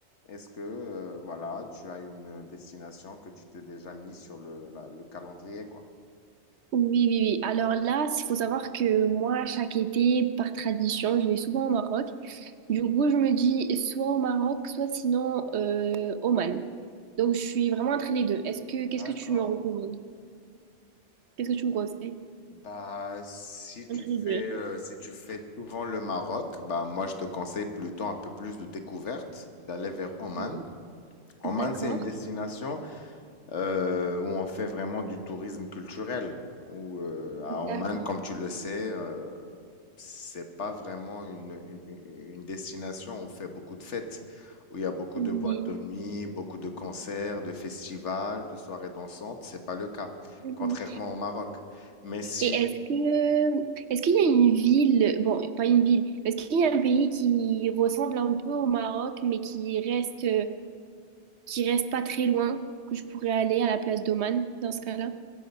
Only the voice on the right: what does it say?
Oui, oui, oui. Alors là, il faut savoir que moi, chaque été, par tradition, je vais souvent au Maroc. Du coup, je me dis soit au Maroc, soit sinon euh, Oman. Donc, je suis vraiment entre les deux. Est-ce que, qu'est-ce
que tu me recommandes? Qu'est-ce que tu me conseilles?
Entre
les deux.
Oui.
D'accord.
D'accord.
Oui.
Mhm.
Et est-ce que, est-ce qu'il y a une ville, bon, pas une ville, est-ce qu'il y a un pays qui ressemble un peu au Maroc, mais qui reste qui reste pas très loin, que je pourrais aller à la place d'Oman dans ce cas-là.